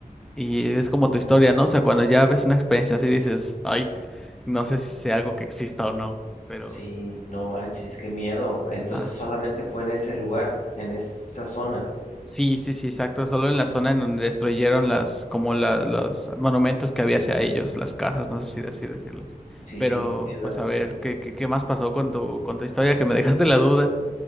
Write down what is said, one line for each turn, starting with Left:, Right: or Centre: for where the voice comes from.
Centre: Y es como tu historia, ¿no? O sea, cuando ya ves una experiencia así dices, ay, no sé si sea algo que exista o no,
Left: Sí,
Centre: pero...
Left: no manches, qué miedo. Entonces
Centre: ah.
Left: solamente fue en ese lugar, en esa zona.
Centre: Sí, sí, sí, exacto. Solo en la zona en donde destruyeron las, como la- los monumentos que había hacia ellos, las casas, no sé si así decirles.
Left: Sí,
Centre: Pero,
Left: sí, te entiendo.
Centre: pues a ver, ¿qué, qué, qué más pasó con tu, con tu historia? Que me dejaste la duda.